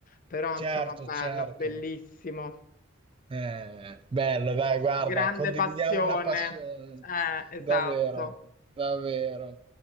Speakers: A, on the left; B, on the right.
A: però
B: certo,
A: insomma bello,
B: certo.
A: bellissimo,
B: Eh, bello, dai, guarda,
A: grande
B: condividiamo
A: passione.
B: una passione,
A: Eh,
B: davvero,
A: esatto.
B: davvero.